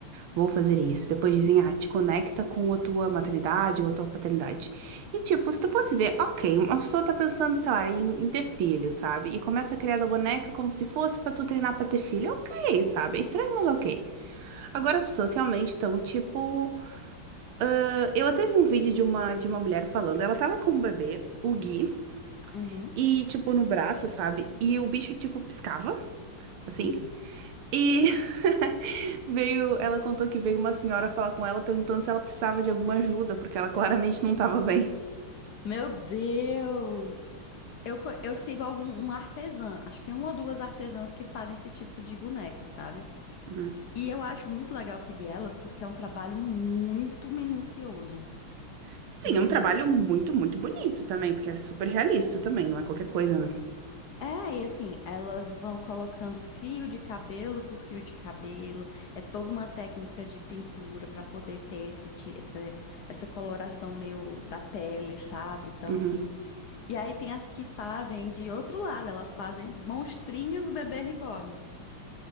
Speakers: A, on the right (about 75°); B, on the left (about 65°).
A: vou fazer isso. Depois dizem, ah, te conecta com a tua maternidade ou a tua paternidade. E, tipo, se tu fosse ver, ok, uma pessoa tá pensando, sei lá, em, em ter filho, sabe? E começa a criar da boneca como se fosse pra tu treinar pra ter filho, ok, sabe? É estranho, mas ok. Agora as pessoas realmente estão tipo. ah, Eu até vi um vídeo de uma, de uma mulher falando. Ela tava com um bebê, o Gui,
B: Uhum.
A: e tipo no braço, sabe? E o bicho tipo piscava, assim.
B: Hum.
A: E <laughs> veio. Ela contou que veio uma senhora falar com ela perguntando se ela precisava de alguma ajuda, porque ela claramente não tava bem.
B: Meu Deus! Eu, co- eu sigo algum um artesã, acho que uma ou duas artesãs que fazem esse tipo de boneca, sabe?
A: Uhum.
B: E eu acho muito legal seguir elas porque é um trabalho muito minucioso.
A: Sim,
B: Muito.
A: é um trabalho muito, muito bonito também, porque é super realista também, não é qualquer coisa, né?
B: É, e assim, elas vão colocando fio de cabelo por fio de cabelo. É toda uma técnica de pintura para poder ter esse, ti- essa, essa coloração meio da pele, sabe? Então,
A: Uhum.
B: assim. E aí tem as que fazem de outro lado, elas fazem monstrinhos bebê reborn.